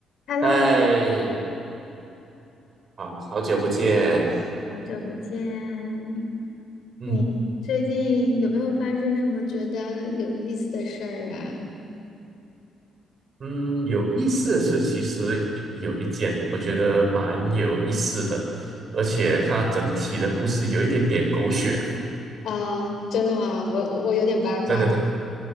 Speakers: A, on the left; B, on the right.
A: Hello，
B: 嗨，好好久不见。
A: 好久不见。
B: 嗯，
A: 你最近有没有发生什么觉得有意思的事儿啊？
B: 嗯，有意思的是，其实有一件我觉得蛮有意思的，而且它整体的故事有一点点狗血，
A: 啊，真的吗？我我有点八卦。
B: 真的真的。